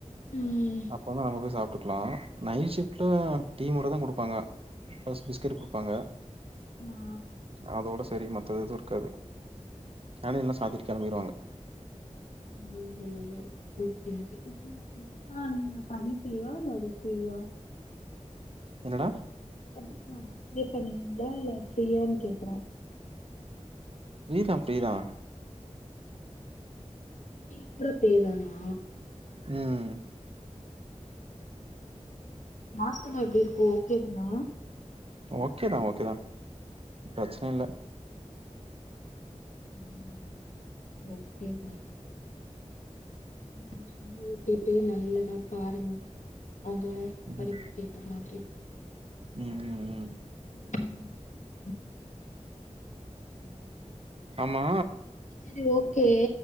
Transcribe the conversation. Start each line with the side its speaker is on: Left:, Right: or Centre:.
Left: ம்
Right: அப்பதா நம்ம போய் சாப்டுக்கலா நைட் ஷிப்டு டீ மட்டு தா குடுப்பாங்க ஃபஸ்ட் பிஸ்கட் குடுப்பாங்க
Left: ஆ
Right: அதோட சரி மத்தது எதுவு இருக்காது கேண்டின்ல்லா சாத்திட்டு கெளம்பிறுவாங்க
Left: <unintelligible> நா நீங்க தனிப்பியா இல்ல வெப்பியா
Right: என்னடா
Left: அப்ளே பண்ணீங்களா இல்ல ஃபிரியான் கேக்குற
Right: ஃபிரிதா ஃபிரிதா
Left: டீ கூட ஃபிரிதானா
Right: ம்
Left: மாஸ்டல்லா எப்டி இருக்கு ஓகே தானா
Right: ஓகே தா ஓகே தா பிரச்சன இல்ல
Left: ம் ஓகே தா <unintelligible> ஊட்டிட்டு நல்லதா பாருங்க அவங்க
Right: ம்
Left: படிப்புக்கு ஏத்த மாதிரி
Right: ம் ம் ம்.
Left: ம் ம் ம் ம் ம் ம்
Right: ஆமா
Left: செரி ஓக்கே